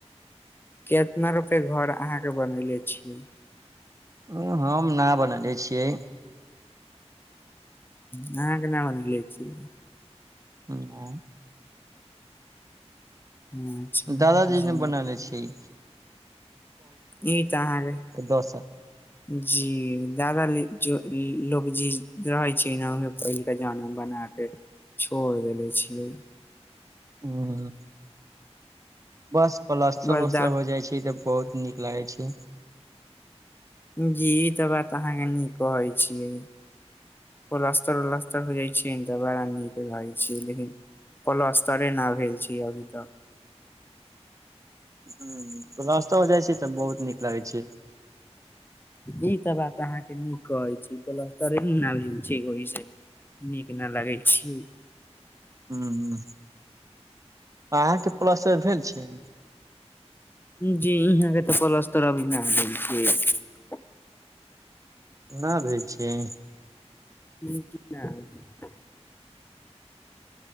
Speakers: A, on the left (about 20°); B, on the right (about 30°).
A: केितना रुपय घर अहाँ के बनयले छियै
B: ओ हम ना बनले छियै
A: ह अहाँ केना बनलियै छियै
B: <unintelligible>
A: अच्छा
B: दादाजी
A: जी
B: ने बनले छीय
A: ई तऽ अहाँ के
B: दस साल
A: जी दादा ली ज लोग जी रहे छैना मे पही के जना बना के छोड़ देले छियै
B: ह बस पलस्टर
A: बस
B: उस्रर
A: द
B: हो जाइ छै तऽ बहुत नीक लागै छै
A: जी ई तऽ अहाँ के नीक कहै छियै पलास्तर ओलस्तर हो जाइ छै त बरा नीक लागै छियै लेकिन पलस्टर न भेल छी अभी तऽ
B: ह पलस्टर हो जाइ छै तऽ बहुत नीक लागै छै
A: <inaudible> ई तऽ बात अहाँ के नीक कहै अछि पलस्तरे ना भेल छै ओहि से नीक ना लगै छी
B: हूँ हूँ अहाँके पलस्तर भेल छै।
A: जी यहाँके तऽ पलस्तर अभी नाऽ भेल छिए।
B: नाऽ भेल छिए।
A: <unintelligible>